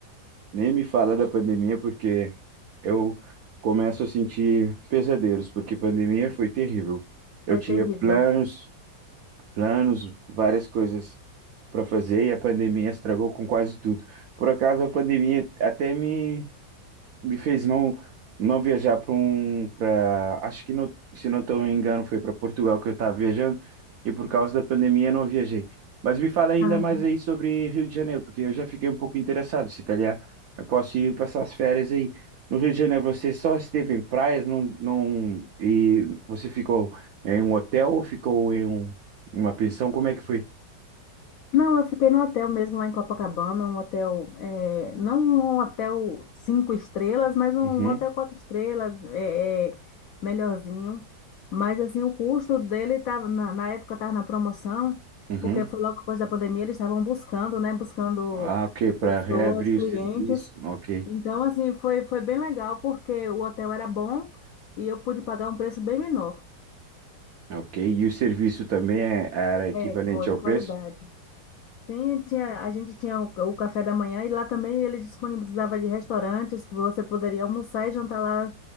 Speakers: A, on the right (about 65°); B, on the left (about 65°).
A: Nem me fala da pandemia porque eu começo a sentir pesadelos, porque pandemia foi terrível. Eu
B: Foi
A: tinha
B: terrível.
A: planos planos, várias coisas para fazer e a pandemia estragou com quase tudo. Por acaso, a pandemia até me me fez não não viajar para um para acho que não, se não estou me engano foi para Portugal que eu estava viajando e por causa da pandemia eu não viajei. Mas me fala ainda
B: Ah,
A: mais aí sobre Rio de Janeiro, porque eu já fiquei um pouco interessado, se calhar eu posso ir passar as férias aí. No Rio de Janeiro você só esteve em praias, não não e você ficou em um hotel ou ficou em um, uma pensão? Como é que foi?
B: não, eu fiquei no hotel mesmo lá em Copacabana, um hotel, eh, não um hotel cinco estrelas, mas um
A: Uhum,
B: hotel quatro estrelas, é, é, melhorzinho. Mas assim, o custo dele tava, na, na época estava na promoção,
A: uhum.
B: porque foi logo depois da pandemia, eles estavam buscando, né? Buscando
A: Ah, ok, para
B: pessoas,
A: reabrir
B: clientes.
A: o serviço. Ok.
B: Então, assim, foi, foi bem legal, porque o hotel era bom e eu pude pagar um preço bem menor.
A: Ok, e o serviço também é- era equivalente
B: É, boa de
A: ao
B: qualidade.
A: preço?
B: Sim, tinha, a gente tinha o, o café da manhã e lá também ele disponibilizava de restaurantes que você poderia almoçar e jantar lá,